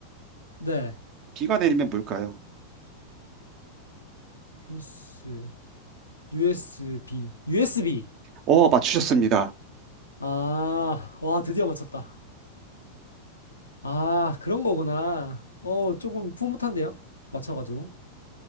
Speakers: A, on the left (about 75°); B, on the right (about 35°).
A: 네.
B: 비가 내리면 뭘까요?
A: US, USB, USB.
B: 어, 맞추셨습니다.
A: 아, 와, 드디어 맞췄다. 아, 그런 거구나. 어, 조금 풋풋한데요? 맞춰가지고.